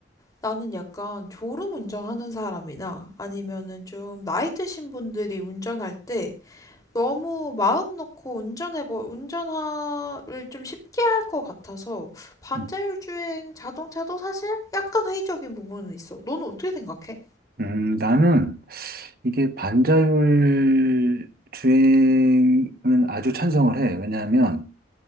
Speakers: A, on the left; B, on the right.
A: 나는 약간 졸음 운전하는 사람이나 아니면은 좀 나이 드신 분들이 운전할 때 너무 마음 놓고 운전해버, 운전을 좀 쉽게 할 것 같아서 반자율주행
B: 음,
A: 자동차도 사실 약간 회의적인 부분은 있어. 너는 어떻게 생각해?
B: 음, 나는 이게 반자율 주행은 아주 찬성을 해. 왜냐하면,